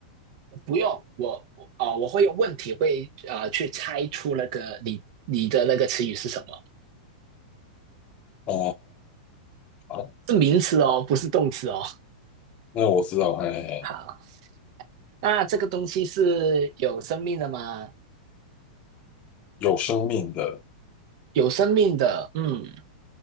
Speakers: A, on the right (about 55°); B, on the left (about 30°).
A: 不用，我我啊、呃我会用问题会啊、呃去猜出那个你你的那个词语是什么，
B: 哦，好好好，
A: 是名词哦，不是动词哦。
B: 那我知道，嘿嘿
A: 好，那这个东西是有生命的吗？
B: 有生命的，
A: 有生命的，嗯，